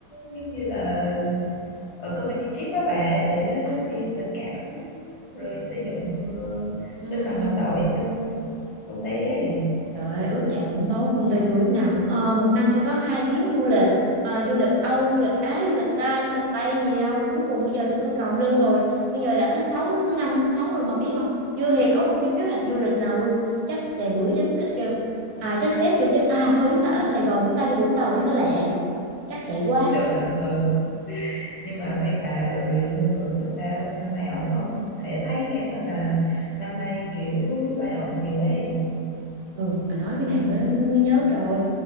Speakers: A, on the left; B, on the right.
A: giống như là ở company trip á bà để build tình cảm rồi xây dựng ờ,
B: Ừm
A: tinh thần đồng đội trong công ty ấy
B: Trời ơi, ước chạy cũng tốt, công ty tôi lúc nào cũng ờ một năm sẽ có hai chuyến du lịch, ờ, du lịch Âu, du lịch Á, du lịch ta, du lịch Tây gì đâu rồi cuối cùng bây giờ tụi tôi còng lưng rồi. Bây giờ đã tháng sáu tháng năm tháng sáu rồi mà biết không? Chưa hề có một cái kế hoạch du lịch nào luôn. Chắc chạy bữa chắc khách kêu à chắc sếp kêu chứ à thôi chúng ta ở Sài Gòn chúng ta đi Vũng Tàu cho nó lẹ. Chắc chạy quá.
A: trời đất ơi nhưng mà bên bà rồi lương thưởng mà sao năm nay ổn không thì thấy nghe nói là năm nay kiểu lay off nhiều ấy
B: Ừ, mà nói cái này mới, mới mới nhớ rồi